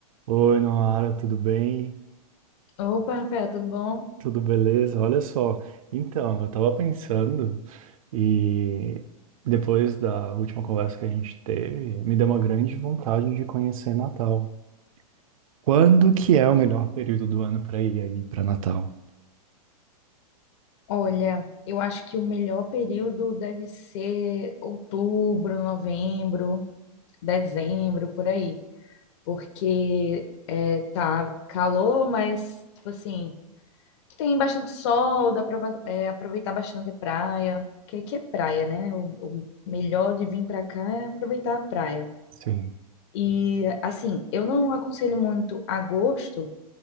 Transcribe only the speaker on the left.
Opa, Rafael, tudo bom?
Olha, eu acho que o melhor período deve ser outubro, novembro, dezembro, por aí. Porque é, tá calor, mas, tipo assim, tem bastante sol, dá pra va- é, aproveitar bastante a praia. Porque aqui é praia, né? O, o melhor de vir pra cá é aproveitar a praia.
E, assim, eu não aconselho muito agosto.